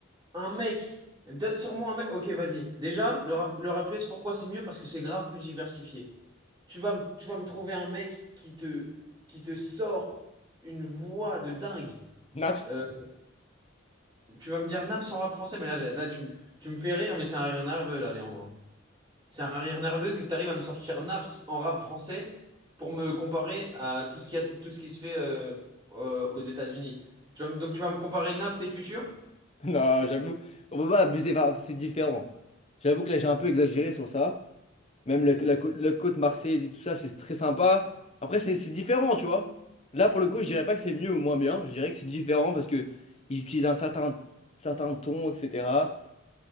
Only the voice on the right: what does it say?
Un mec, donne- sors-moi un mec. Ok, vas-y. Déjà, le rap, le rap US, pourquoi c'est mieux? Parce que c'est grave plus diversifié. Tu vas, me- tu vas me trouver un mec qui te, qui te sort une voix de dingue.
Euh,
tu vas me dire Naps en rap français, mais là, là tu, me- tu me fais rire, mais c'est un rire nerveux, là, Léandre. C'est un rire nerveux que tu arrives à me sortir Naps en rap français pour me comparer à tout ce qui, a- tout ce qui se fait euh, euh, aux États-Unis. Tu vas me- donc tu vas me comparer Naps et Futur?